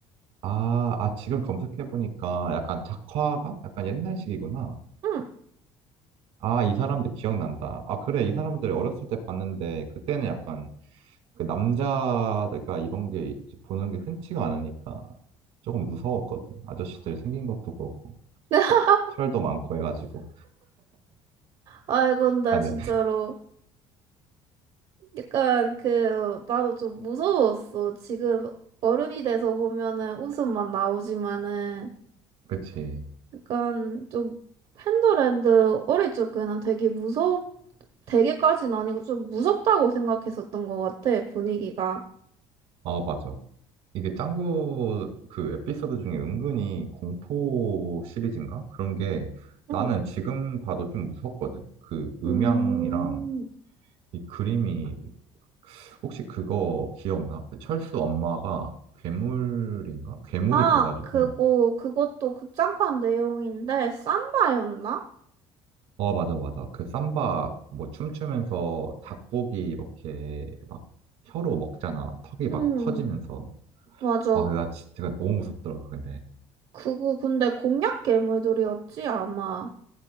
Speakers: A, on the right; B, on the right.
A: 아, 아, 지금 검색해보니까 약간 작화가? 약간 옛날식이구나.
B: 응.
A: 아, 이 사람들 기억난다. 아, 그래, 이 사람들 어렸을 때 봤는데, 그때는 약간 그 남자가 이런 게 이제 보는 게 흔치가 않으니까 조금 무서웠거든. 아저씨들 생긴 것도 그렇고,
B: <laughs>
A: 털도 많고 해가지고.
B: 아, 근데
A: 아, 네.
B: 진짜로. 약간 그 나도 좀 무서웠어. 지금 어른이 돼서 보면은 웃음만 나오지만은
A: 그치.
B: 약간 좀 팬더랜드 어릴 적에는 되게 무섭 되게까지는 아니고 좀 무섭다고 생각했었던 것 같아 분위기가.
A: 어, 맞아. 이게 짱구 그 에피소드 중에 은근히 공포 시리즈인가? 그런 게 나는
B: 응.
A: 지금 봐도 좀 무섭거든. 그 음향이랑
B: 음.
A: 이 그림이 혹시 그거 기억나? 그 철수 엄마가 괴물인가? 괴물이
B: 아
A: 돼가지고
B: 그거 그것도 극장판 내용인데 삼바였나?
A: 어 맞아 맞아 그 삼바 뭐 춤추면서 닭고기 이렇게 막 혀로 먹잖아 턱이 막
B: 응.
A: 커지면서
B: 맞아.
A: 와 근데 나 진짜 너무 무섭더라 근데
B: 그거 근데 공약 괴물들이었지 아마